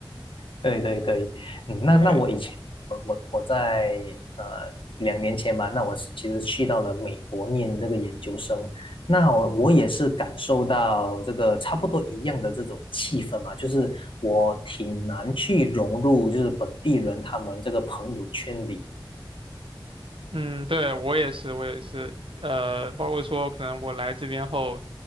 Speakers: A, on the left; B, on the right.
A: 对对对，
B: <laughs>
A: 嗯，那那我以前我我我在呃
B: 对。
A: 两年前吧，那我是其实去到了美国念这个研究生，那我我也是感受到这个差不多一样的这种气氛嘛，就是我挺难去融入就是本地人他们这个朋友圈里。
B: 嗯，对，我也是，我也是，呃，包括说可能我来这边后，